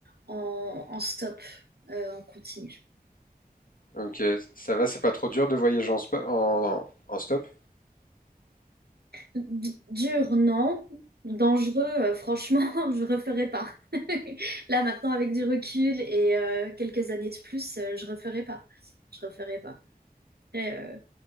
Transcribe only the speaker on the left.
Ok, ça va, c'est pas trop dur de voyager en, spo- en, en stop?